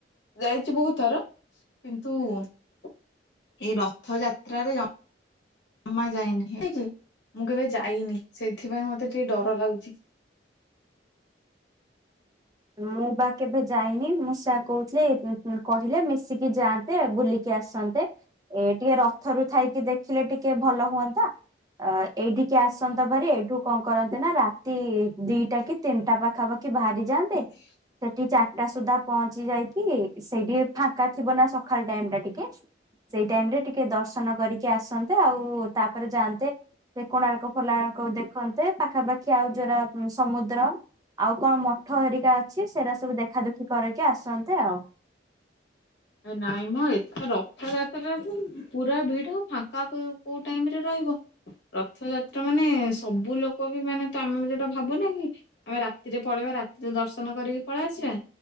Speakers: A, on the left; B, on the right.
A: ଯାଇଚି ବହୁତ ଥର କିନ୍ତୁ ଏଇ ରଥ ଯାତ୍ରାରେ ଜ ମା ଯାଇନି ହେଇକି ମୁଁ କେବେ ଯାଇନି ସେଥିପାଇଁ ମତେ ଟିକେ ଡର ଲାଗୁଛି।
B: ମୁଁ ବା କେବେ ଯାଇନି ମୁଁ ସେଇଆ କଉଥିଲି। ହୁଁ ହୁଁ କହିଲେ ମିଶିକି ଯାଆନ୍ତେ ବୁଲିକି ଆସନ୍ତେ ଏ ଟିକେ ର ଥରୁ ଥାଇକି ଦେଖିଲେ ଟିକେ ଭଲ ହୁଅନ୍ତା। ଅ ଏଇଠିକି ଆସନ୍ତ ଭାରି ଏଇଠୁ କଣ କରନ୍ତେ ନା ରାତି ଦିଟା କି ତିନିଟା ପାଖାପାଖି ଭାରି ଯାଆନ୍ତେ।
A: ହଜ୍ଞା
B: ସେଠି ଚାରିଟା ସୁଦ୍ଧା ପହଞ୍ଚି ଯାଇକି ସେଇଠି ଫାଙ୍କା ଥିବ ନା ସକାଳ ଟାଇମ ଟା ଟିକେ? ସେଇ ଟାଇମ ରେ ଟିକେ ଦର୍ଶନ କରିକି ଆସନ୍ତେ ଆଉ ତାପରେ ଯାଆନ୍ତେ। ସେଇ କୋଣାର୍କ ଫୋଲାଙ୍କ ଦେଖନ୍ତେ ପାଖାପାଖି ଆଉ ଯୋଉରା ସମୁଦ୍ର ଆଉ କଣ ମଠ ହେରିକା ଅଛି ସେରା ସବୁ ଦେଖାଦୁଖି କରିକି ଆସନ୍ତେ ଆଉ।
A: ନାଇଁ ମ ଏଥର ରଥଯାତ୍ରା ରେ ପୁରା ଭିଡ ଫାଙ୍କା କୋଉ କୋଉ ଟାଇମରେ ରହିବ? ରଥଯାତ୍ରା ମାନେ ସବୁ ଲୋକ ବି ମାନେ ତମେ ଯୋଉଟା ଭାବୁନ କି? ଆମେ ରାତିରେ ପଳେଇବା ରାତିରେ ଦର୍ଶନ କରିକି ପଳେଇ ଆସିବା।